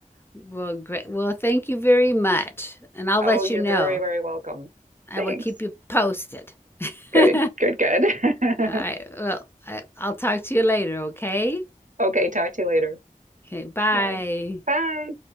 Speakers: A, on the left; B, on the right.
A: well, great. Well, thank you very much. And I'll
B: Oh,
A: let
B: you're
A: you know.
B: very, very welcome.
A: I
B: Thanks.
A: will keep you posted. <laughs>
B: Good,
A: All
B: good, good. <laughs>
A: right. Well, I, I'll talk to you later, okay?
B: Okay, talk to you later.
A: Okay, bye.
B: Bye. Bye.